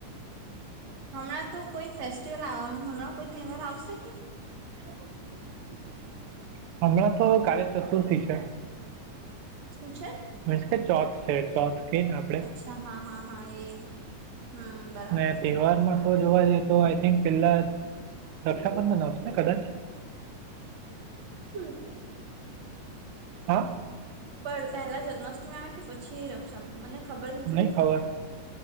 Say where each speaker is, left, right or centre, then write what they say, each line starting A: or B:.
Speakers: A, on the right; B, on the right.
A: હમણાં તો કોઈ ફેસ્ટિવલ હમણાં કોઈ તહેવાર આવશે કેમ?
B: <inaudible> હમણાં તો કાલે ચતુર્થી છે.
A: શું છે?
B: મિન્શ કે ચોથ છે ચોથ, કે ને આપણે
A: અચ્છા હા હા હા એ, હમ બરાબર
B: મેં તહેવાર માં તો જોવા જઈએ તો આઈ થિંક પેલા રક્ષાબંધન આવશે ને કદાચ?
A: <unintelligible>
B: હા?
A: પણ પહેલા જન્માષ્ટમી આવે કે પછી રક્ષા મને ખબર નઈ પડી.
B: નહીં ખબર